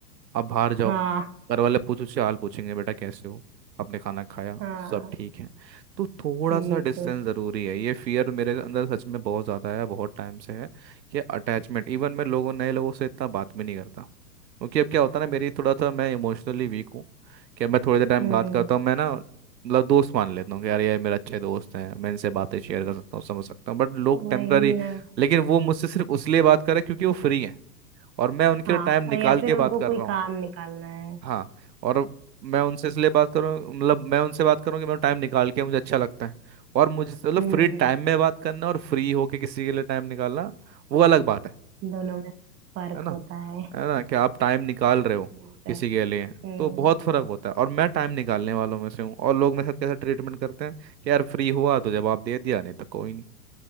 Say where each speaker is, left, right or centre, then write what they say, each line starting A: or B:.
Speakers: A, on the right; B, on the right.
A: आप बाहर जाओ
B: हाँ
A: घर वाले पूछो उससे हाल पूछेंगे बेटा कैसे हो आपने खाना खाया
B: हाँ
A: सब ठीक है तो थोड़ा
B: ये
A: सा डिस्टेंस
B: तो
A: ज़रूरी है ये फियर मेरे अंदर सच में बहुत ज़्यादा है बहुत टाइम से है कि अटैचमेंट इवन मैं लोगों नए लोगों से इतना बात भी नहीं करता क्योंकि अब क्या होता है ना मेरी थोड़ा सा मैं इमोशनली वीक हूँ कि मैं थोड़ी देर टाइम
B: हम्म
A: बात करता हूँ मैं ना मतलब दोस्त मान लेता हूँ कि यार ये मेरे अच्छे दोस्त हैं मैं इनसे बातें शेयर कर सकता हूँ समझ सकता हूँ बट लोग
B: वही
A: टेम्पररी
B: ना
A: लेकिन वो मुझसे सिर्फ उसलिए बात कर रहे हैं क्योंकि वो फ्री हैं और मैं उनके
B: हाँ
A: लिए टाइम निकाल
B: और या फिर
A: के
B: उनको
A: बात कर
B: कोई
A: रहा हूँ
B: काम निकालना है
A: हाँ और मैं उनसे इसलिए बात करूँ मतलब मैं उनसे बात करूँ कि मैं टाइम निकाल के मुझे अच्छा लगता है और मुझे मतलब
B: हम्म
A: फ्री टाइम में बात करना और फ्री होके किसी के लिए टाइम निकालना वो अलग बात है
B: दोनों में फर्क
A: है ना
B: होता है
A: है ना कि आप टाइम निकाल
B: हाँ
A: रहे हो
B: ये तो
A: किसी
B: है
A: के लिए
B: हम्म
A: तो बहुत फर्क होता है और मैं टाइम निकालने वालों में से हूँ और लोग मेरे साथ कैसा ट्रीटमेंट करते हैं कि यार फ्री हुआ तो जवाब दे दिया नहीं तो कोई नहीं